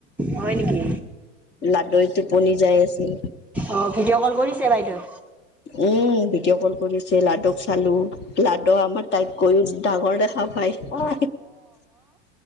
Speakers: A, in the centre; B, on the left.
A: হয় নেকি
B: লাডুৰ টোপনি যাই আছিল
A: অ' ভিডিঅ' কল কৰিছে বাইদেউ?
B: উম ভিডিঅ' কল কৰিছে, লাডুক চালো, লাডু আমাৰ টাইপ কৰি ডঙৰ দেখা পায় অ'